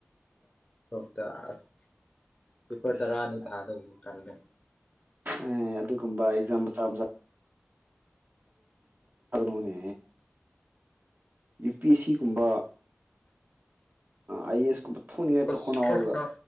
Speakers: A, on the left; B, on the right.
A: ꯑꯣꯗꯥꯁ ꯄꯦꯄꯔ
B: ꯑꯁ
A: ꯇꯔꯥ ꯑꯅꯤ ꯊꯥꯗꯧꯁꯦ ꯀꯜꯃꯦ
B: ꯑꯦ ꯑꯗꯨꯒꯨꯝꯕ ꯑꯦꯛꯖꯥꯝ ꯃꯆꯥ ꯃꯆꯥ ꯣꯅ ꯌꯨ ꯄꯤ ꯑꯦꯁ ꯁꯤ ꯀꯨꯝꯕ ꯑꯦ ꯑꯦꯁ ꯀꯨꯝꯕ ꯊꯣꯛꯅꯤꯡꯉꯥꯏ
A: ꯑ
B: ꯍꯣꯠꯅꯕꯗ
A: ꯐ ꯀ